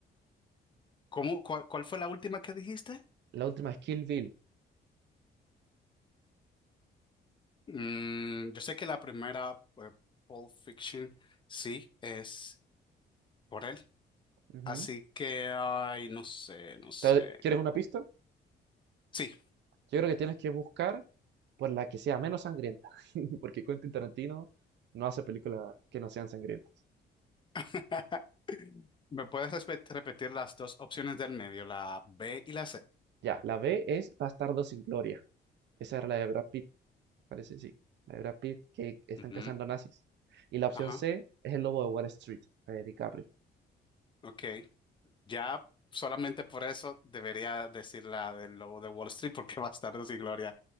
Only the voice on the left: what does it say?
¿Cómo, cuál, cuál fue la última que dijiste?
Mm, yo sé que la primera, pues, Pulp Fiction, sí, es por él.
Así que, ay, no sé, no sé.
Sí.
<laughs> ¿Me puedes respe- repetir las dos opciones del medio, la B y la C?
Ujú,
Ajá,
ok. Ya solamente por eso debería decir la del Lobo de Wall Street, porque <laughs> Bastardos y Gloria